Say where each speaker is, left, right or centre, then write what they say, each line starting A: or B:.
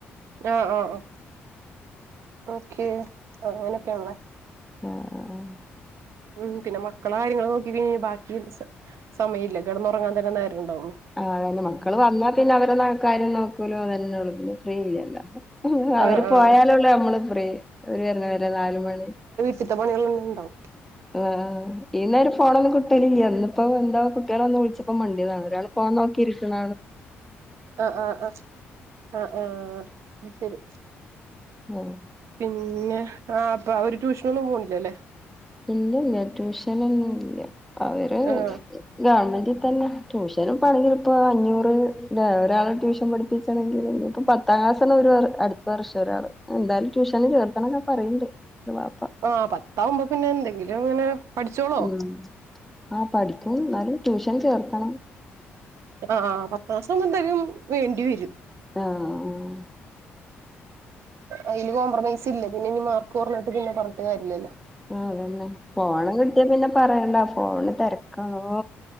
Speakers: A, on the right; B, in the centre.
A: ആഹ് ആഹ് ആഹ് ഓക്കെ ആ അങ്ങനൊക്കെണല്ലേ.
B: ആഹ് ആഹ് ആഹ്
A: ഉം പിന്നെ മക്കളെ കാര്യങ്ങള് നോക്കി കഴിഞ്ഞ ബാക്കി സമയല്ല കിടന്നുറങ്ങാൻ തന്നെ നേരം ഇണ്ടാവുള്ളു.
B: ആ അതന്നെ മക്കള് വന്നാ പിന്നെ അവരെ കാര്യം നോക്കലും അതന്നെണ ല്ലോ പിന്നെ ഫ്രീ ഇല്ലല്ലോ. അവര്
A: ആഹ്
B: പോയാലള്ളൂ
A: ആഹ്
B: നമ്മള് ഫ്രീ അവര് വരുന്ന വരെ നാല മണി,
A: ചിറ്റ പണികളന്നെ ഉണ്ടാവും.
B: ആ ഈ നേരം ഫോണൊന്നും കിട്ടലില്ല ഇന്നിപ്പോ എന്താ കുട്ടിള് വന്ന് വിളിച്ചപ്പോ മണ്ടിതാ ഒരാൾ ഫോൺ നോക്കിയിരിക്ക്ണ
A: ആഹ് ആഹ് ആഹ് ആഹ് ആഹ് ശരി.
B: ഉം
A: പിന്നെ ആ അപ്പ അവര് ട്യൂഷന ഒന്നും പോണില്ലല്ലേ?
B: ഇല്ലല്ല ട്യൂഷനൊന്നും ഇല്ല അവര്
A: ആഹ്
B: ഗവൺമെന്റിൽ തന്നെ. ട്യൂഷനും പോണെങ്കിൽ ഇപ്പോ അഞ്ഞൂറ്, അല്ല ഒരാള് ട്യൂഷൻ പഠിപ്പിച്ചാണെങ്കിൽ ഇഞ് ഇപ്പ പത്താം ക്ലാസ്സണ് ഒരു അടുത്ത വർഷ ഒരാള്, എന്തായാലും ട്യൂഷന് ചേർത്തണൊക്കെ പറയണ്ട് ഓരെ വാപ്പ.
A: ആഹ് പത്താവുമ്പോ പിന്നെ എന്തെങ്കിലും അങ്ങനെ പഠിച്ചോളോ
B: ഉം ആ പഠിക്കും എന്നാലും ട്യൂഷൻ ചേർത്തണം.
A: ആ പത്ത് മാസം എന്താലും വേണ്ടി വരും.
B: ആഹ് ആഹ്
A: അതില് കോംപ്രമൈസ് ഇല്ല പിന്നെ ഇനി മാർക്ക് പറഞ്ഞിട്ട് പിന്നെ പറഞ്ഞിട്ട് കാര്യല്ലല്ലോ.
B: ആ അതന്നെ ഫോണ് കിട്ടിയാ പിന്നെ പറയണ്ട ഫോണ് തിരക്കാണോ